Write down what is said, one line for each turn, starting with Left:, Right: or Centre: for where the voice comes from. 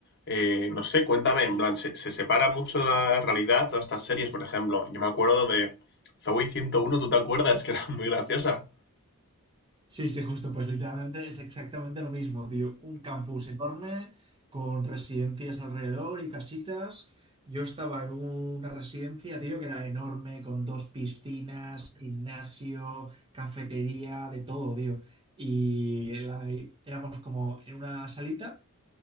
Left: Eh, no sé, cuéntame, en plan, ¿se, se separa mucho de la realidad todas estas series? Por ejemplo, yo me acuerdo de Zoey ciento uno ¿tú te acuerdas? <laughs> Que era muy graciosa.
Right: Sí, sí, justo, pues literalmente es exactamente lo mismo, tío. Un campus enorme con residencias alrededor y casitas. Yo estaba en una residencia, tío, que era enorme, con dos piscinas, gimnasio, cafetería, de todo, tío. Y la- éramos como en una salita